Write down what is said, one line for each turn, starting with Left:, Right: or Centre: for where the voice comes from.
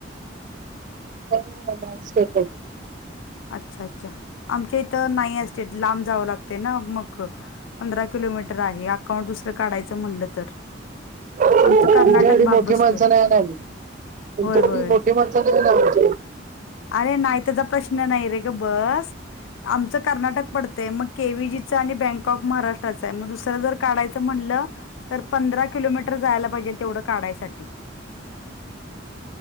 Right: त <unintelligible>
Left: अच्छा अच्छा आमच्या इथं नाही असते लांब जावं लागते ना मग पंधरा कि किलोमीटर आहे अकाउंट दुसरं काढायचं म्हटलं तर
Right: तुझ्याकडं
Left: आमच कर्नाटक भाग
Right: मोठी
Left: बसतोय
Right: माणसं नाही आहे तुमच्या
Left: होय होय
Right: मोठी माणसं निघन <unintelligible>
Left: अरे नाही त्याचा प्रश्न नाही रे ग बस आमच कर्नाटक पडतय मग के आणि बँक ऑफ महाराष्ट्राचं मग दुसरं जर काढायं म्हटलं तर पंधरा किलोमीटर जायला पाहिजे. तेवढं काढायसाठी